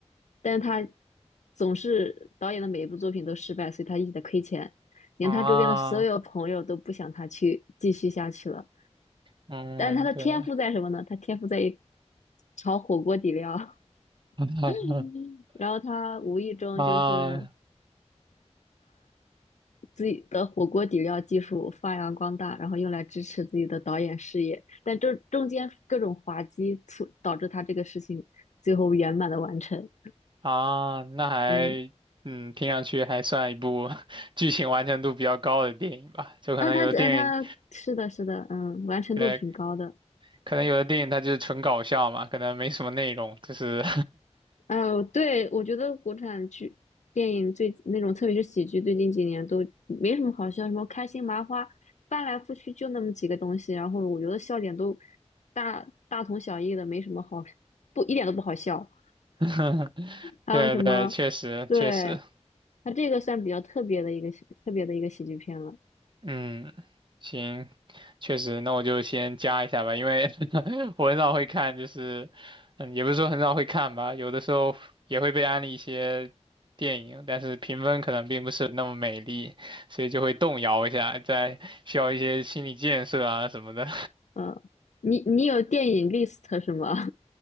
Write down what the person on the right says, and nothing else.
<laughs> 啊，嗯，
对，
<laughs>
嗯
啊
啊，那还嗯，
听上去还算一部 <laughs> 剧情完成度比较高的电影吧，就可能有的电影。
对，可能有的电影它就是纯搞笑嘛，可能没什么内容，就是
<laughs>
对对，确实确实，
嗯，行，确实，那我就先加一下吧，因为 <laughs> 我很少会看，就是，嗯，也不是说很少会看吧，有的时候也会被安利一些电影，但是评分可能并不是那么美丽，所以就会动摇一下，在需要一些心理建设啊什么的。